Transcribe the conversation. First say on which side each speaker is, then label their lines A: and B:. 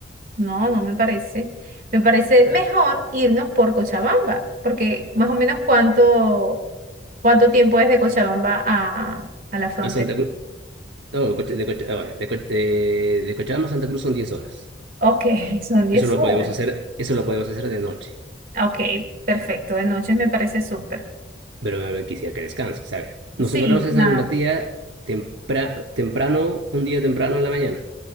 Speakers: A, on the right (about 50°); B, on the right (about 75°).
A: No, no me parece. Me parece mejor irnos por Cochabamba, porque más o menos cuánto, cuánto tiempo es de Cochabamba a, a la frontera.
B: A Santa Cruz. No, Cocha- de, Cocha- ah, bueno, de Co- de- de Cochabamba a Santa Cruz son 10 horas.
A: Ok, <laughs> son 10
B: Eso lo
A: horas.
B: podemos hacer, eso lo podemos hacer de noche.
A: Ok, perfecto, de noche me parece súper.
B: Pero eh, quisiera que descanses, ¿sabes? Nos
A: Sí,
B: encontramos en
A: claro.
B: San Matías tempra- temprano, un día temprano en la mañana.